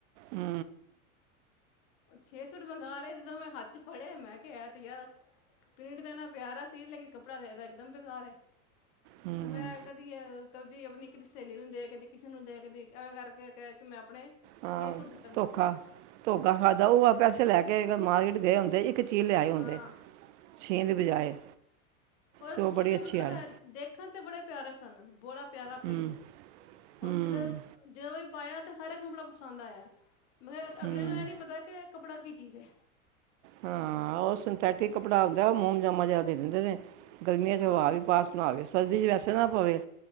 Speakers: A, on the right (about 60°); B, on the left (about 60°).
A: ਹੂੰ।
B: ਛੇ ਸੂਟ ਮੰਗਾ ਲੇ ਜਦੋਂ ਮੈਂ ਹੱਥ ਚ ਫੜੇ ਮੈਂ ਕਿਆ ਐ ਤੇ ਯਾਰ ਪ੍ਰਿੰਟ ਤੇ ਇੰਨਾ ਪਿਆਰਾ ਸੀ ਲੇਕਿਨ ਕੱਪੜਾਦਾ ਇਕਦਮ ਬੇਕਾਰ ਏ।
A: ਹਮ,
B: ਤੇ ਮੈਂ ਕਦੀ ਅ ਕਦੀ ਆਪਣੀ ਇੱਕ <unintelligible> ਸਹੇਲੀ ਨੂੰ ਦੇ ਕਦੀ ਕਿਸੇ ਨੂੰ ਦੇਖਦੀ ਐਵੇਂ ਕਰਕੇ ਕਰਕੇ ਮੈਂ ਆਪਣੇ
A: ਹਾਂ
B: ਛੇ ਸੂਟ ਖਤਮ
A: ਧੋਖਾ-ਧੋਖਾ
B: ਕੀਤੇ
A: ਖਾਧਾ ਓ ਆ ਪੈਸੇ ਲੈ ਕੇ ਮਾਰਕੀਟ ਗਏ ਹੁੰਦੇ ਇੱਕ ਇੱਕ ਚੀਜ਼ ਲਿਆਏ ਹਦੇ
B: ਹਾਂ
A: ਛੇਂ ਦੇ ਬਜਾਏ।
B: ਔਰ
A: ਤੇ
B: ਸੂਟ
A: ਉਹ ਬੜੀ ਅੱਛੀ
B: ਮਤਲਬ
A: ਆਏ
B: ਦੇਖਣ ਤੇ ਬੜੇ ਪਿਆਰੇ ਸਨ ਬੋੜਾ। ਪਿਆਰਾਾ
A: ਹੂੰ
B: ਪ੍ਰਿੰਟ
A: ਹੂੰ
B: ਜ ਜਿਹੋਂ ਪਾਇਆ ਤਾਂ ਹਰ ਇੱਕ ਨੂੰ ਬੜਾ ਪਸੰਦ ਆਇਆ। ਮਗ ਕਿਹਾ
A: ਹੂੰ
B: ਅਗਲਿਆਂ ਨੂੰ ਇਹ ਨਹੀਂ ਪਤਾ ਕਿ ਕੱਪੜਾ ਕੀ ਚੀਜ਼ ਹੈ।
A: ਹਾਂ ਉਹ ਸਿੰਥੈਟਿਕ ਕੱਪੜਾ ਆਉਂਦਾ ਮੋਮਜਾਮਾ ਜਿਆਦਾ ਦੇ ਦਿੰਦੇ ਨੇ ਗਰਮੀਆਂ
B: ਹਾਂ
A: 'ਚ ਹਵਾ ਵੀ ਉਪਸ ਨਾ ਆਵੇ ਸਰਦੀ ' ਵੈਸੇ ਨਾ ਪਵੇ